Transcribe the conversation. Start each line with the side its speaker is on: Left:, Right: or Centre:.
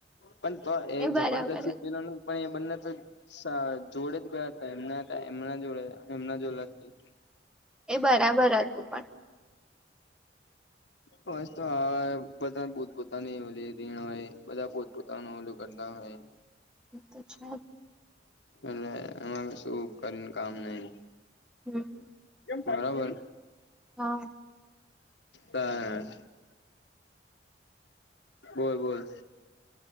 Left: પણ તો એ જબરદસ્તી
Centre: બરાબર હતું
Left: પેલા... પણ એ બંને તો જોડે જ ગયા હતા. એમના હતા, એમના જોડે. એમના જોલા થાય.
Centre: એ બરાબર હતું પણ,
Left: બસ તો હા, બધા પોતપોતાની ઓ રીણ હોય. બધા પોતપોતાનો ઓલુ કરતા હોય.
Centre: <inaudible> છે
Left: એટલે એમાં શું કરી? ને કામ નઈ.
Centre: હમ.
Left: બરાબર.
Centre: હા.
Left: હા બસ... બોલ બોલ.